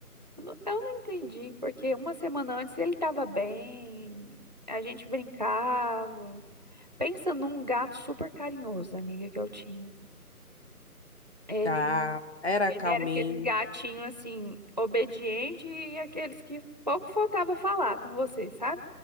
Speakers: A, on the right; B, on the left.
A: eu não eu não entendi, porque uma semana antes ele estava bem, a gente brincava. Pensa num gato super carinhoso, amiga, que eu tinha. Ele
B: Tá. Era
A: Ele
B: calminho.
A: era aqueles gatinhos assim, obediente e aqueles que pouco faltava falar com você, sabe?